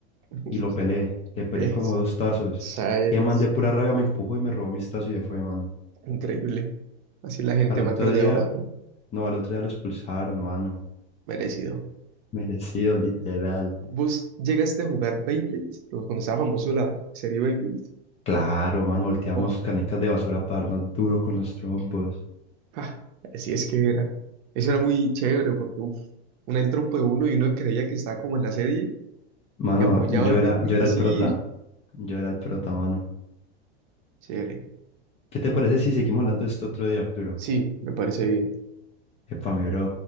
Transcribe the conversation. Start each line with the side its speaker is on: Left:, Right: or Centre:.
Right: <laughs>
Left: y lo pelé. Le pelé
Right: Es,
Left: como dos tazos.
Right: ¿sabes?
Left: Y el man de pura rabia me empujó y me robó mis tazos y se fue, mano.
Right: Increíble. Así la gente
Left: Al otro
Right: mal perdedora.
Left: día, no, al otro día lo expulsaron, mano.
Right: Merecido.
Left: Merecido, literal.
Right: ¿Vos llegaste a jugar Beyblade? Pues Cuando estaba famoso la serie Beyblade.
Left: Claro, mano, volteamos
Right: Wow.
Left: canecas de basura para darnos duro con los trompos.
Right: Ah, así es que era. Eso era muy chévere porque uf, uno el trompo de uno y uno creía que estaba como en la serie
Left: Mano,
Right: y apoyaba
Left: yo
Right: al Beyblade
Left: era, yo era
Right: así.
Left: el prota. Yo era el prota, mano.
Right: Chévere.
Left: ¿Qué te parece si seguimos hablando de esto otro día, Arturo?
Right: Sí, me parece bien.
Left: Epa, mi bro.